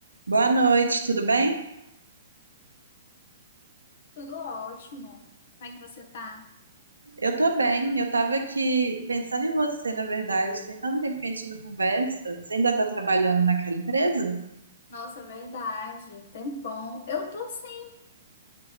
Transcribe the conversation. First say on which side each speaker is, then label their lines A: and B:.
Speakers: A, on the right; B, on the left.
A: Boa noite, tudo bem?
B: Tudo ótimo. Como é que você tá?
A: Eu tô bem, eu tava aqui pensando em você, na verdade. Tem tanto tempo que a gente não conversa. Você ainda tá trabalhando naquela empresa?
B: Nossa, é verdade. Tempão. Eu tô sim.